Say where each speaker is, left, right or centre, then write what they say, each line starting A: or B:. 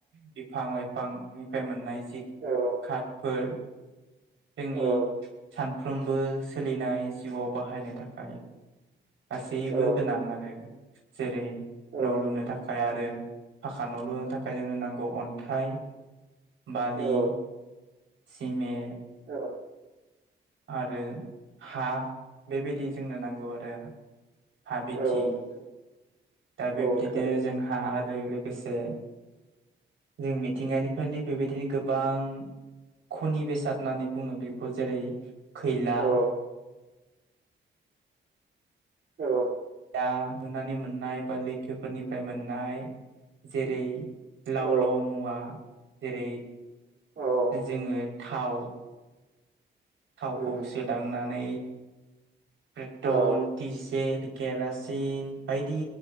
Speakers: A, on the right (about 80°); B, on the right (about 60°).
A: बिफां-लाइफां निफ्राय मोननाय जि
B: औ
A: खाथफोर जोंनि
B: औ
A: सानफ्रोमबो सोलिनाय जिउआव बाहायनो थाखाय गासैबो
B: औ
A: गोनां आरो जेरै
B: नोंथां
A: न' लुनो थाखाय आरो फाखा न' लुनो थाखाय जोंनो नांगौ अन्थाइ बालि,
B: औ
A: सिमेन्ट
B: औ
A: आरो हा बेबायदि जोंनो नांगौ आरो हाबिथि
B: औ नोंथां
A: दा बिब्दिनो
B: औ थारैनो
A: जोंहा आरो लोगोसे जों मिथिंगानिफ्रायनो बेबायदिनो गोबां? खनि बेसाद होननानै बुङो बेखौ जेरै- खैला,
B: औ औ
A: दाहानै मोननाय बा लैथोफोरनिफ्राय मोननाय। जेरै लाव
B: औ
A: लाव मुवा जेरै
B: औ
A: जोङो थाव थावखौ
B: उम
A: सोदांनानै
B: <inaudible>
A: पेट्रल,
B: औ
A: डिजेल, केरासिन बायदि